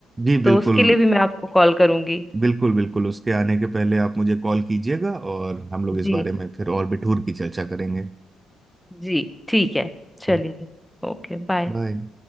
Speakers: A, on the right; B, in the centre.
A: जी
B: तो
A: बिल्कुल
B: उसके लिए भी मैं आपको कॉल करूँगी
A: बिल्कुल बिल्कुल उसके आने के पहले आप मुझे कॉल कीजिएगा और हम लोग इस
B: जी
A: बारे में फिर और भी ठूर की चर्चा करेंगे
B: जी ठीक है चलिए
A: तो
B: Okay bye
A: बाय